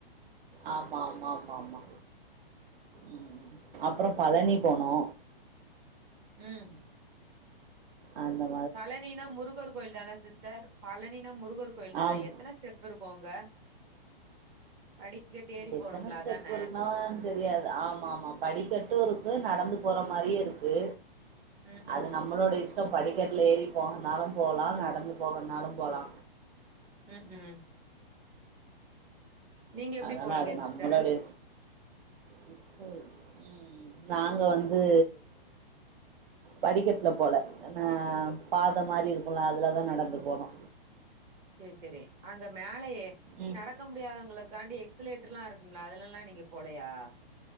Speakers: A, on the right (about 70°); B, on the right (about 20°).
A: ஆமா ஆமா ஆமா ஆமா ம் அப்பறோ பழனி போனோ
B: ம்
A: ஆம
B: பழனினா முருகர் கோயில்தான சிஸ்டர் பழனினா முருகர் கோயில்தான
A: ஆம்
B: எத்தன ஸ்டெப் இருக்கு அங்க படிக்கட்டு ஏறி
A: எத்தன
B: போணும்ல
A: ஸ்டெப்
B: அத்தான
A: இருக்குனான் தெரியாது ஆமா ஆமா படிக்கட்டு இருக்கு நடந்து போற மாரியு இருக்கு
B: ம்
A: அது
B: ம்
A: நம்மளோட இஷ்டோ படிக்கட்ல ஏறி போணுனாலு போலா நடந்து போகணுனாலு போலா
B: ம் ம் நீங்க எப்டி
A: ஆனா அத
B: போனீங்க
A: நா நம்பளலே
B: சிஸ்டர்
A: சிஸ்டர் ம் நாங்க வந்து படிக்கட்ல போல நா பாதமாரி இருக்குல்ல அதுலதா நடந்து போனோ
B: செரி செரி அங்க மேலயே
A: ம்
B: நடக்க முடியாதவங்களுக்காண்டி எக்ஸ்லேட்டர்லா இருக்கும்ல அதுலலா நீங்க போலயா